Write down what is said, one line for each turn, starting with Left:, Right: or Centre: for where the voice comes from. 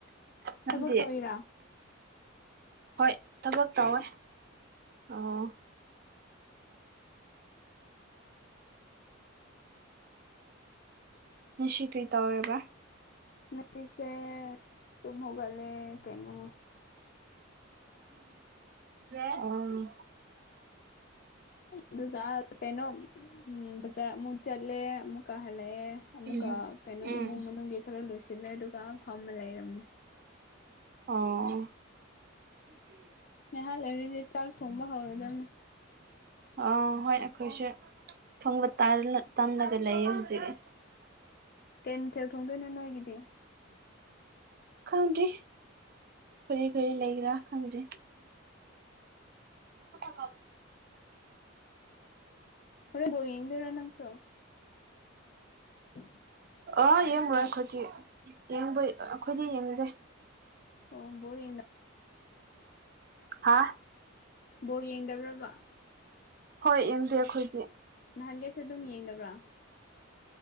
Right: ꯅꯪꯗꯤ
Left: ꯊꯕꯛ ꯇꯣꯏꯔꯥ
Right: ꯍꯣꯏ ꯊꯕꯛ ꯇꯧꯋꯦ ꯑꯣ ꯅꯤꯡ ꯀ꯭ꯔꯤ ꯇꯧꯋꯦꯕ
Left: ꯉꯁꯦ ꯇꯨꯃ ꯍꯧꯒ ꯂꯩꯦ ꯀꯩꯅꯣ
Right: ꯑꯣ
Left: ꯑꯗꯨꯒ ꯀꯩꯅꯣ ꯕꯖꯥꯔ ꯑꯃꯨꯛ ꯆꯠꯂꯦ ꯑꯃꯨꯛ ꯀꯥ ꯍꯜꯂꯛꯑꯦ ꯑꯃꯨꯛꯀ
Right: ꯎꯝ
Left: ꯀꯩꯅꯣ
Right: ꯎꯝ
Left: ꯏꯃꯨꯡ ꯃꯅꯨꯡꯒꯤ ꯈꯔ ꯂꯣꯏꯁꯤꯜꯂꯦ ꯑꯗꯨꯒ ꯐꯝꯃ ꯂꯩꯔꯝꯃꯦ
Right: ꯑꯣ
Left: ꯉꯩꯍꯥꯥꯟ ꯂꯩꯔꯤꯗꯤꯦ ꯆꯥꯛ ꯊꯣꯡꯕ ꯍꯧꯔꯗꯕꯅꯦ
Right: ꯑ ꯍꯣꯏ ꯑꯩꯈꯣꯏꯁꯨꯦ ꯊꯣꯡꯕ ꯇꯥꯥꯟ ꯇꯥꯟꯒꯂ ꯌꯦ ꯍꯧꯖꯤꯒ
Left: ꯍꯦꯟꯊꯦꯜ ꯊꯣꯡꯗꯣꯏꯅꯦ ꯅꯣꯏꯒꯤꯗꯤ
Right: ꯈꯪꯗ꯭ꯔꯤ ꯀꯔꯤ ꯀꯔꯤ ꯂꯩꯒ꯭ꯔꯥ ꯈꯪꯗ꯭ꯔꯤ ꯆ ꯄ
Left: ꯈꯔꯦ ꯕꯍꯤ ꯌꯦꯡꯗꯧꯔꯥ ꯅꯪꯁꯨꯣ <inaudible>
Right: ꯑꯣ ꯌꯦꯡꯉꯣꯏ ꯑꯩꯈꯣꯏꯗꯤ ꯌꯦꯡꯕ ꯑꯩꯈꯣꯏꯗꯤ ꯌꯦꯡꯉꯨꯗꯦ
Left: ꯑꯣꯕꯣꯗꯤ
Right: ꯍꯥ
Left: ꯕꯣ ꯌꯦꯡꯗꯕ꯭ꯔꯕ
Right: ꯍꯣꯏ ꯑꯦꯝꯗꯦ ꯑꯩꯈꯣꯏꯒꯤ
Left: ꯅꯍꯥꯟꯒꯩꯁꯨ ꯑꯗꯨꯝ ꯌꯦꯡꯕ꯭ꯔꯥ